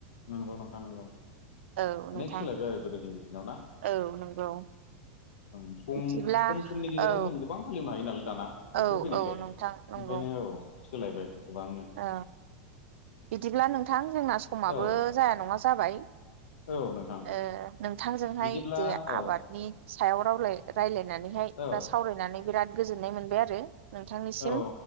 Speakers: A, on the left; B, on the right.
A: नंगौ नोंथां नंगौ
B: औ नोंथां
A: अनेक सोलायबाय आरो गोदोनि <unintelligible> ना
B: औ नंगौ
A: सम
B: बिदिब्ला
A: खम समनि गेजेराव
B: औ
A: जों गोबां हालेवनो हायो नालाय दाना ट्रेक्टर
B: औ
A: फैनायखाय
B: औ नोंथां नंगौ
A: ओंखायनो औ सोलायबाय गोबांनो
B: औ बिदिब्ला नोंथां जोंना समाबो
A: औ
B: जाया नङा जाबाय
A: औ नोंथां
B: ओ नोंथांजोंहाय
A: बिदिब्ला
B: जे
A: औ
B: आबादनि सायाव रावलाय रायलायनानैहाय
A: औ
B: बा सावरायनानै बिराद गोजोननाय मोनबाय आरो नोंथांनिसिम
A: औ